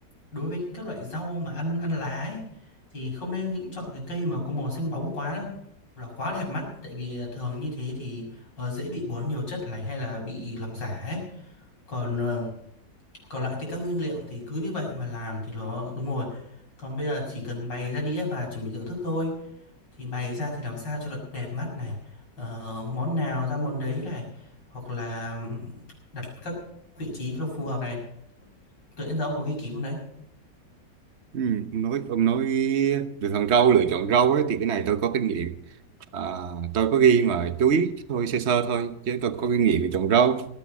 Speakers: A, on the left; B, on the right.
A: Đối với các loại rau mà ăn ăn lá ấy, thì không nên những chọn cái cây mà có màu xanh bóng quá đâu. Hoặc là quá đẹp mắt tại vì thường như thế thì ờ, dễ bị bón nhiều chất này hay là bị làm giả ấy. Còn ờ, còn lại thì các nguyên liệu thì cứ như vậy mà làm thì nó đúng rồi. Còn bây giờ chỉ cần bày ra đĩa và chuẩn bị thưởng thức thôi thì bày ra thì làm sao cho nó đẹp mắt này ờ, món nào ra món đấy này hoặc là đặt các vị trí cho nó phù hợp này tự nhiên giờ ông có ghi kỹ không đấy
B: ừ, ông nói ông nói lựa chọn rau lựa chọn rau ấy, thì cái này tôi có kinh nghiệm à, tôi có ghi mà chú ý thôi sơ sơ thôi chứ tôi có kinh nghiệm về chọn rau